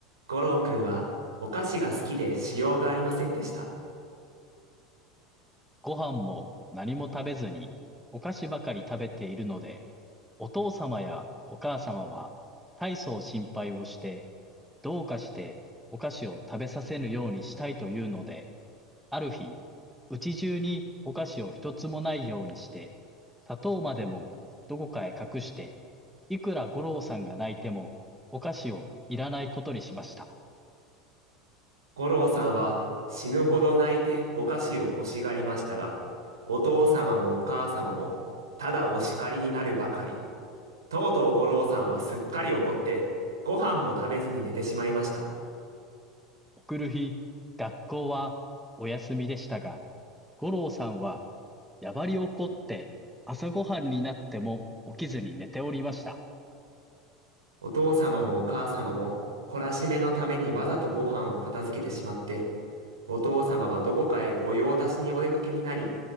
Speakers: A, on the right; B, in the centre.
A: 五郎くんはお菓子が好きでしようがありませんでした。
B: ご飯も何も食べずに、お菓子ばかり食べているので、お父様やお母様は、大層心配をして、どうかしてお菓子を食べさせぬようにしたいというので、ある日、うち中にお菓子を一つもないようにして、砂糖までもどこかへ隠していくら五郎さんが泣いても、お菓子をいらないことにしました
A: 五郎さんは死ぬほど泣いてお菓子を欲しがりましたが、お父様もお母様もただお叱りになるばかり。とうとう五郎さんはすっかり怒って、ご飯も食べずに寝てしまいました。
B: 送る日、学校はお休みでしたが、五郎さんはやばり怒って、朝ごはんになっても起きずに寝ておりました。
A: お父様もお母様も懲らしめのためにわざとご飯を片付けてしまって、お父様はどこかへ御用達にお出かけになり、